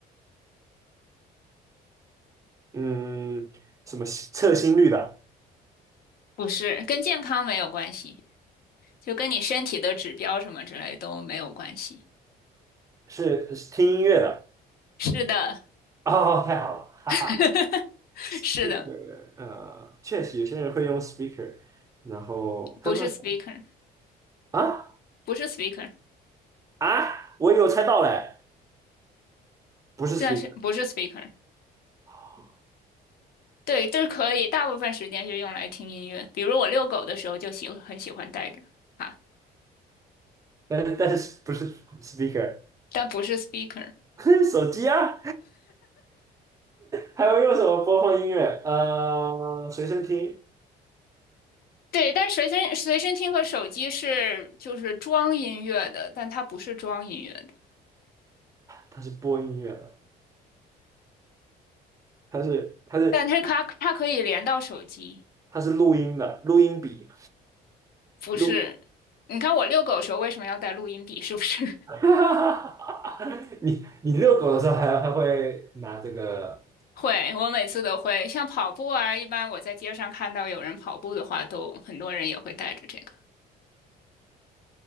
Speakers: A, on the right (about 20°); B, on the left (about 65°).
A: 嗯，什么测心率的，
B: 不是，跟健康没有关系，就跟你身体的指标什么之类都没有关系。
A: 是是听音乐的，
B: 是的，
A: 哦，太好了，哈哈
B: <laughs>
A: ，speaker，
B: 是的，
A: 呃，确实有些人会用 speaker，然后刚刚说
B: 不是 speaker，
A: 啊
B: 不是 speaker，
A: 啊，我有猜到嘞，不是
B: 但是不是
A: speaker，
B: speaker。
A: 哦
B: 对，这是可以，大部分时间是用来听音乐，比如我遛狗的时候就喜很喜欢带着啊，
A: 但是但是不是 speaker，
B: 但不是 speaker。
A: <laughs> 手机啊，还会用什么播放音乐？呃，随身听，
B: 对，但随身随身听和手机是就是装音乐的，但它不是装音乐的，
A: 它是播音乐的，它是它是
B: 但它它它可以连到手机。
A: 它是录音的，录音笔。
B: 不是，
A: 撸，
B: 你看我遛狗的时候为什么要带录音笔？是不是
A: <laughs> 你你遛狗的时候还还会拿这个？
B: <laughs> 会？我每次都会，像跑步啊，一般我在街上看到有人跑步的话，都很多人也会带着这个。